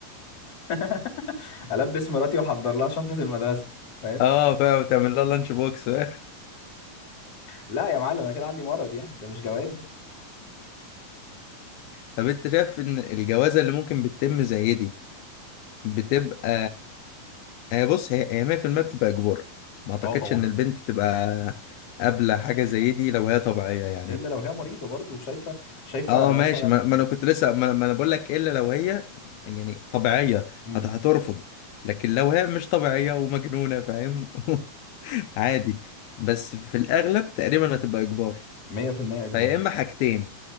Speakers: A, on the left (about 40°); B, on the left (about 80°).
A: <laughs> البس مراتي واحضر لها شنطة المدرسة فاهم
B: اه فاهم تعمل لها لانش بوكس <laughs>
A: لا يا معلم انا كده عندي مرض يعني ده مش جواز ده
B: طب انت شايف ان الجوازه اللي ممكن بتتم زي دي بتبقى هي بص هي هي 100% بتبقى اجبار ما اعتقدش
A: اه طبعا
B: ان البنت تبقى قابله حاجه زي دي لو هي طبيعيه يعني
A: الا لو هي مريضة برضه وشايفة شايفة
B: اه
A: مثلا
B: ماشي ما, ما انا كنت لسه ما, ما انا بقول لك الا لو هي يعني طبيعيه
A: مم.
B: هت- هترفض لكن لو هي مش طبيعيه ومجنونه فاهم <laughs> عادي بس في الأغلب تقريبا هتبقى إجبار
A: مية في المية إجبار
B: فيا إما حاجتين